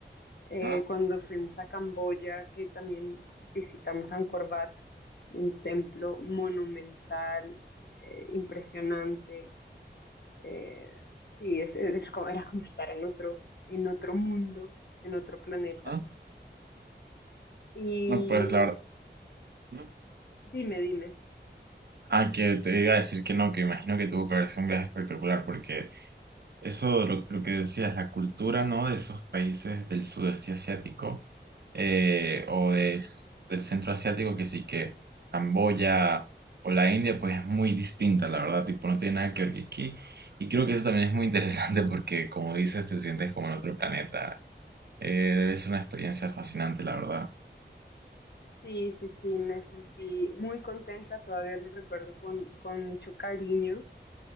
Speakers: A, on the left; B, on the right.
A: Eh,
B: ajá,
A: cuando fuimos a Camboya, que también visitamos Angkor Wat, un templo monumental, eh, impresionante. Eh, sí, es, es como- era como estar en otro, en otro mundo, en otro planeta.
B: ajá.
A: Y
B: No, pues la verdad. ¿no?
A: dime, dime.
B: Ah, que te iba a decir que no, que imagino que tuvo que haber sido un viaje espectacular, porque eso, lo, lo que decías, la cultura, ¿no? De esos países del sudeste asiático eh, o de- del centro asiático, que sí que Camboya o la India, pues es muy distinta, la verdad, tipo, no tiene nada que ver que aquí. Y creo que eso también es muy interesante porque, como dices, te sientes como en otro planeta Eh, debe ser una experiencia fascinante, la verdad.
A: Sí, sí, sí, me sentí muy contenta, todavía lo recuerdo con, con mucho cariño.